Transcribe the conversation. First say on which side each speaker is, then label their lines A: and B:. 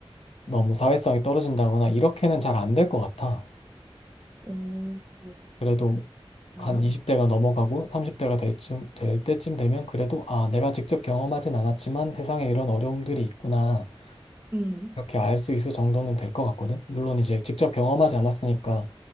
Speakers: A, on the left; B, on the right.
A: 너무 사회성이 떨어진다거나 이렇게는 잘 안 될 것 같아.
B: 어 그
A: 그래도
B: 그렇구나
A: 한 20대가 넘어가고 30대가 될 쯤, 될 때쯤 되면 그래도 아, 내가 직접 경험하진 않았지만 세상에 이런 어려움들이 있구나.
B: 음
A: 이렇게 알 수 있을 정도는 될 것 같거든. 물론 이제 직접 경험하지 않았으니까